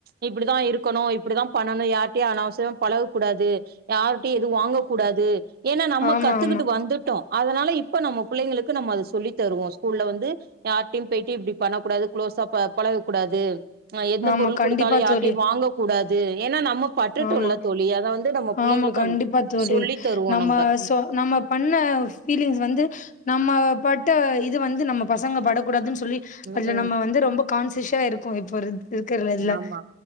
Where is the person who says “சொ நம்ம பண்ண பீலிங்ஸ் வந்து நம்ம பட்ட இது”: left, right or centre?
Left